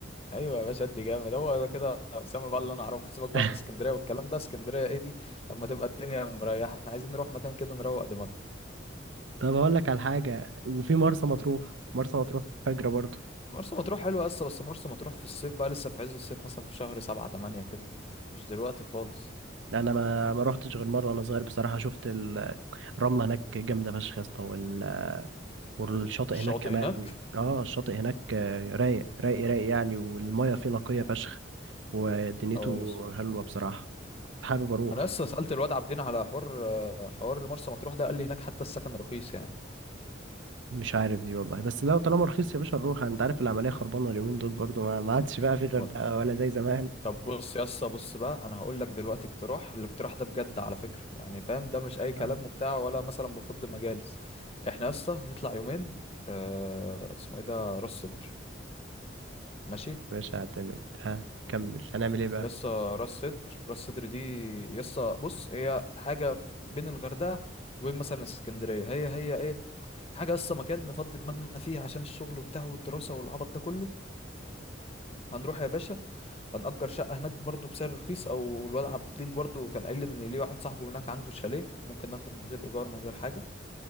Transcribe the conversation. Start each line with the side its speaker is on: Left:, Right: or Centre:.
Left: ايوه يا باشا ادي جامد هو ده كده اسامه بقى اللي انا اعرفه سيبك بقى
Right: <laughs>
Left: من اسكندريه والكلام ده اسكندريه ايه دي لما تبقى الدنيا مريحه احنا عايزين نروح مكان كده نروق دماغنا
Right: طب هقول لك على حاجه وفي مرسى مطروح مرسى مطروح فجره برضه
Left: مرسى مطروح حلوة لسه بس مرسى مطروح في الصيف بقى لسه في عز الصيف مثلا في شهر سبعة تمانية كده مش دلوقتي خالص
Right: انا ما ما رحتش غير مره وانا صغير بصراحه شفت ال- الرمله هناك جامده فشخ يا اسطى وال- والشاطئ
Left: الشواطئ
Right: هناك كمان
Left: هناك
Right: اه الشاطئ هناك آه، رايق رايق رايق يعني والميه فيه نقيه فشخ ودنيته
Left: اه يس
Right: حلوة بصراحة حابب أروح
Left: انا لسه سألت الواد عابدين على حوار آه، حوار مرسى مطروح ده قال لي هناك حتى السكن رخيص يعني
Right: مش عارف دي والله بس لو طالما رخيص يا باشا نروح أنت عارف العملية خربانة اليومين دول برضو ما ما عادش بقى في غردقة
Left: ولا
Right: ولا زي زمان
Left: طب بص يا اسطى بص بقى انا هقول لك دلوقتي اقتراح الاقتراح ده بجد على فكرة يعني فاهم ده مش اي كلام
Right: لا يا
Left: وبتاع ولا مثلا بفض مجالس احنا يا اسطى نطلع يومين آه، اسمه ايه ده راس سدر ماشي
Right: باشا اعتمد ها كمل هنعمل إيه بقى
Left: يسا راس سدر راس سدر دي يسا بص هي حاجة في- بين الغردقة وبين مثلا اسكندرية هي هي ايه حاجة يسا مكان نفضي دماغنا فيه عشان الشغل وبتاع والدراسة والعبط ده كله هنروح يا باشا هنأجر شقة هناك برضو بسعر رخيص او الواد عبد الدين برضو كان قايل لي ان ليه واحد صاحبه هناك عنده شاليه ممكن ناخده من غير ايجار من غير حاجة